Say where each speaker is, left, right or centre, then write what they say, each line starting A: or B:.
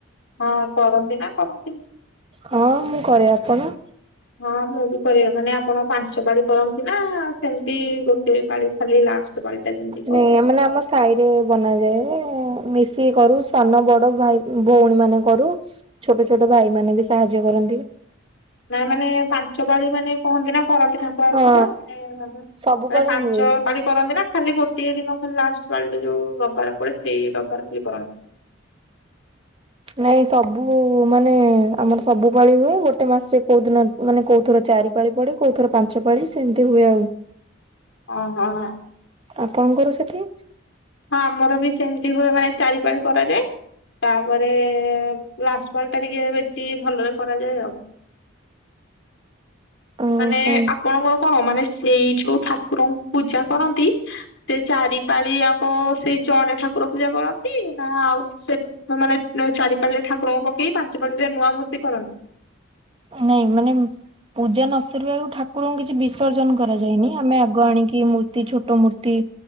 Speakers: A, on the left; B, on the right.
A: ହଁ କରନ୍ତି ନା କରନ୍ତିନି।
B: ହଁ ମୁଁ କରେ ଆପଣ?
A: ହଁ ମୁଁ ବି କରେ ମାନେ ଆପଣ ପାଞ୍ଚ ପାଳି କରନ୍ତି ନା ସେମିତି ଗୋଟିଏ ପାଳି। ଖାଲି ଲାଷ୍ଟ ପାଲଟା ଯେମତି
B: ନାଇଁ ଆ ମାନେ ଆମ ସ ସାଇରେ ବନାଯାଏ ମିଶିକି କରୁ ସାନ ବଡ଼ ଭାଇ ଭଉଣୀ ମାନେ କରୁ। ଛୋଟ ଛୋଟ ଭାଇ ମାନେ ବି ସାହାଯ୍ୟ କରନ୍ତି।
A: ନାଇ ମାନେ ପାଞ୍ଚ ପାଳି ମାନେ କହନ୍ତି ନା କରନ୍ତି ଠା <unintelligible>
B: ହଁ
A: ମାନେ
B: ସବୁ ପାଳି
A: ପାଞ୍ଚ
B: ହୁଏ।
A: ପାଳି କରନ୍ତି ନା ଖାଲି ଗୋଟିଏ ଦିନ ଖାଲି ଲାଷ୍ଟ ପାଳିଟା ଯୋଉ ରବିବାର ପଡେ ସେଇ ରବିବାର ଖାଲି କରନ୍ତି।
B: ନାଇଁ ସବୁ ମାନେ ଆମର ସବୁ ପାଳି ହୁଏ ଗୋଟେ ମାସରେ କୋଉ ଦିନ ମାନେ କୋଉ ଥର ଚାରି ପାଳି ପଡେ କୋଉ ଥର ପାଞ୍ଚ ପାଳି ସେମିତି ହୁଏ ଆଉ।
A: ଅଁହଁ।
B: ଆପଣଙ୍କର ସେଠି।
A: ହଁ ଆମର ବି ସେମିତି ହୁଏ ମାନେ ଚାରିପାରି କରାଯାଏ। ତାପରେ ଲାଷ୍ଟ ପାଳୀ ଟା ଟିକେ ବେଶୀ ଭଲରେ କରାଯାଏ ଆଉ।
B: ଓହୋ
A: ମାନେ ଆପଣଙ୍କର କଣ ମାନେ ସେଇ ଯୋଉ ଠାକୁରଙ୍କୁ ପୂଜା କରନ୍ତି। ସେ ଚାରିପାଳିଆଙ୍କ ସେଇ ଜଣେ ଠାକୁର ପୂଜା କରନ୍ତି ନା ଆଉ ସେ ସେମାନେ ଚାରି ପାଳିରେ ଠାକୁରଙ୍କୁ ପକେଇକି ପାଞ୍ଚ ପାଳିରେ ନୂଆ ମୂର୍ତ୍ତି କରନ୍ତି।
B: ନାଇଁ ମାନେ ପୂଜା ନ ସରିବା ଆଗରୁ ଠାକୁରଙ୍କୁ କିଛି ବିସର୍ଜନ କରାଯାଏନି ଆମେ ଆଗ ଆଣିକି ମୂର୍ତି ଛୋଟ ମୂର୍ତ୍ତି